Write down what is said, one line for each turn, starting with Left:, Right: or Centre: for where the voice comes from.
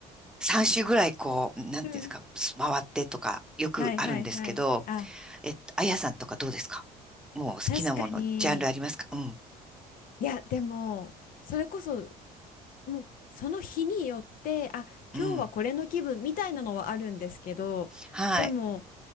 Centre: 3週ぐらいこう、なんていうんですか、
Left: うん
Centre: 回ってとかよくあるんですけど、
Left: はいはいはい。あ、
Centre: えっと、あやさんとかどうですかもう好きなもの、
Left: 確かに。
Centre: ジャンルありますかうん。
Left: いや、でも、それこそ、もう、その日によって、あ、
Centre: うん。
Left: 今日はこれの気分みたいなのはあるんですけど、
Centre: はい。
Left: でも、